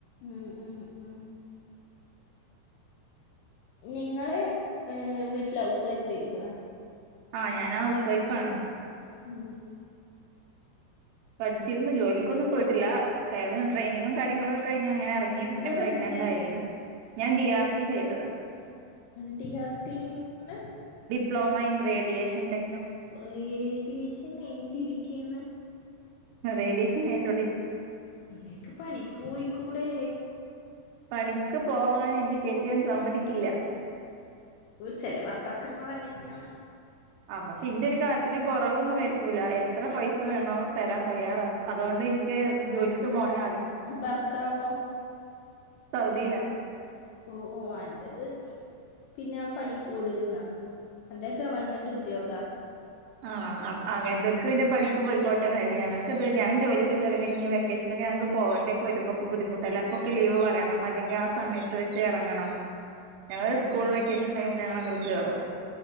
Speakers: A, on the left; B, on the right.
A: ഉം ഉം ഉ നിങ്ങള് വീട്ടിൽ ഹൗസ് വൈഫ് ആയിരിക്കുംല്ലെ
B: ആഹ ഞാൻ ഹൗസ് വൈഫ ആാണ്
A: ഉം
B: പഠിച്ചിരുന്നു ജോലിക്കൊന്നും പോയിട്ടില്ല കയറി ട്രെയിനിങ്ങും കാര്യങ്ങളൊക്കെ കഴിഞ്ഞ അങ്ങനെ ഇറങ്ങി
A: എന്താ
B: പിന്നെ
A: പഠിച്ചേ
B: പ്രഗ്നന്റ് ആായി ഞാൻ ഡി ആർ ടി ചെയ്തത്
A: ഡി ആർ ടി മെ
B: ഡ്ലോമ ഇൻ റേിയേഷൻടെ
A: കുറ ഏഡിയേഷൻ കഴിഞ്ഞിട്ട ഇരിക്കേന്ന്
B: േഡിയേഷൻ തൊട
A: ന്നേക്ക് പണിക്കു കൂടെേ
B: പണിക്ക് പോവാൻ എൻന്റെ കെട്ടിയൻ സമ്മതിക്കില്ല
A: ചല ഭർത്താക്കന് പററങ്ങന്നെയ
B: ആ പക്ഷെ ഇന്റെ ഒരു കാര്യത്തിന് കുറവൊന്നും വരുത്തൂല എ എത്ര പൈ വേണോ തരാൻ തയ്യാറാ അതുകൊണ്ട് എനിക്ക് ജോലി ക്ക് പോന
A: ഭർത്താവോ
B: സൗദില്ല
A: ഓഓ അൻ്റത് പിന്നെ പണിക്കൂട് നിന്ന അന്റെ ഗവൺമെന്റ് ഉദ്യോഗാ
B: ആ അപ്പോ അങ്ങനത്തോക്ക് പിന്നെ പണിക്ക് പോയിക്കോട്ടെ <unintelligible>
A: ഉം
B: ഞങ്ങൾക്ക് ഇത് ഞാൻ ജോലി <unintelligible> ഇനി വെക്കേഷന് ഒക്കെ ഞക്ക് പോകണ്ട ഒക്കെ വരുമ്പോക്കെ ബുദ്ധിമുട്ടല്ല അപ്പൊ ഒക്കെ ലീവ് പറണം അല്ലെങ്കിൽ ആ സമയത്ത് വെച്ച് ഇറങ്ങണം ഞങ്ങള്
A: ഉം
B: സ്കൂൾ വെക്കേഷൻ ടൈമിൽ ഞങൾ അങ്ങട് കേറും